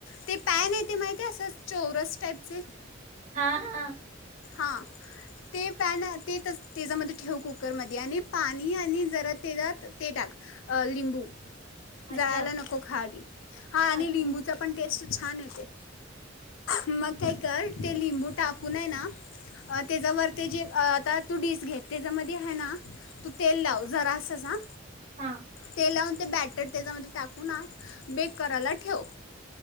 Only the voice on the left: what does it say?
ते पॅन आहे ते माहित आहे असं चौरस टाईपचे.
हा ते पॅन ते तसं त्याच्यामध्ये ठेव कुकरमध्ये आणि पाणी आणि जरा तेच्यात ते टाक अह लिंबू. जळायला
नको खाली हा आणि
लिंबूचा पण टेस्ट छान ये ते मग काय कर ते लिंबू टाकून है ना अह त्याचावर ते जे अह आता तू डिश घे, त्याच्यामध्ये हैं ना तू तेल लाव जरासच हा.
तेल लावून ते बॅटर त्याच्यामध्ये टाकून आत बेक करायला ठेव.